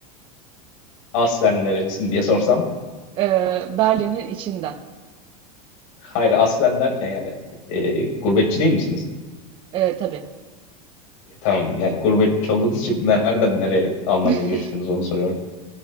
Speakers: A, on the left (about 60°); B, on the right (about 25°).
A: Aslen nerelisin diye sorsam.
B: Ee, Berlin'in içinden.
A: Hayır aslen derken yani e, gurbetçi değil misiniz?
B: Ee, tabii.
A: E, tamam yani gurbetçi olduğunuz için nereden nereye Almanya'ya
B: <laughs>
A: göçtünüz onu soruyorum.